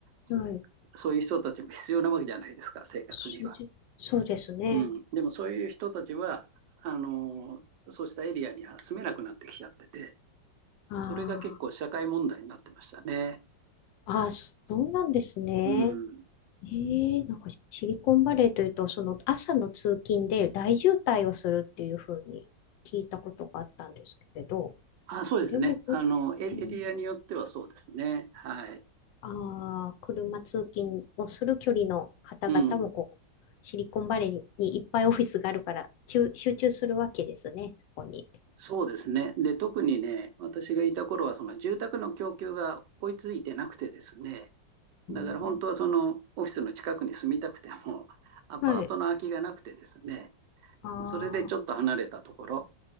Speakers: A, on the right; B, on the left.
A: そ
B: はい。
A: そういう人たちも必要なわけじゃないですか、生活には。
B: そうで、そうですね。
A: うん。でもそういう人たちは、あのーそうしたエリアには住めなくなってきちゃってて、
B: あ
A: それが結構社会問題になってましたね。
B: あ、ああ、そうなんですね。
A: うん。
B: ええ、なんかシリコンバレーというと、その朝の通勤で大渋滞をするっていうふうに聞いたことがあったんですけど、
A: あ、そうですね。
B: あれも、
A: あの、エ、
B: うん、
A: エリアによってはそうですね。はい。
B: ああ、車通勤をする距離の方々もこう、
A: うん。
B: シリコンバレーにいっぱいオフィスがあるから、集集中するわけですね、そこに。
A: そうですね。で、特にね、私がいた頃は、その住宅の供給が追いついてなくてですね、だから本当はそのオフィスの近くに住みたくても、
B: うん
A: <laughs> アパートの空きがなくてですね、
B: はい。あ
A: それでちょっと離れたところ